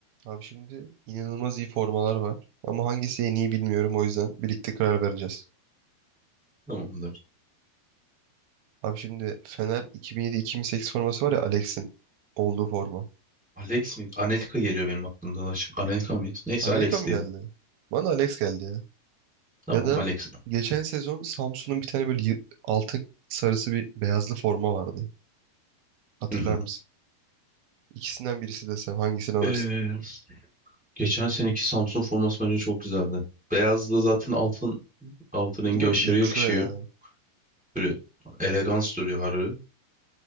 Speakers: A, on the right (about 75°); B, in the centre.
A: Abi şimdi inanılmaz iyi formalar var. Ama hangisi en iyi bilmiyorum o yüzden birlikte karar vereceğiz.
B: Tamamdır.
A: Abi şimdi Fener 2007-2008 forması var ya Alex'in olduğu forma.
B: Alex miydi? Anelka geliyor benim aklımda. da. Şu- Anelka mıydı? Neyse
A: Anelika
B: Alex
A: mı
B: diyelim.
A: geldi? Bana Alex geldi ya.
B: Tamam
A: Ya da
B: Alex.
A: geçen sezon Samsun'un bir tane böyle yı- altın sarısı bir beyazlı forma vardı. Hatırlar
B: Hı hı.
A: mısın? İkisinden birisi desem hangisini alırsın?
B: Ee, geçen seneki Samsun forması bence çok güzeldi. Beyazla zaten altın altın rengi
A: Değil mi?
B: aşırı
A: Hiç Yakışıyor
B: yakışıyor.
A: ya.
B: Böyle elegans duruyor harbi.